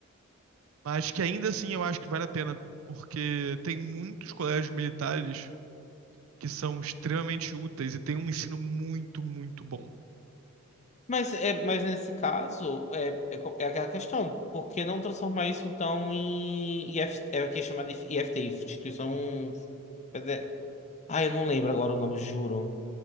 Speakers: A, on the right; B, on the left.
A: Mas que ainda assim eu acho que vale a pena, porque tem muitos colégios militares que são extremamente úteis e tem um ensino muito, muito bom.
B: Mas, é, mas nesse caso, é, é, co- é aquela questão, por que não transformar isso então em IF, é o que é chamado de IFT, instituição Fede- Ah, eu não lembro agora o nome, juro.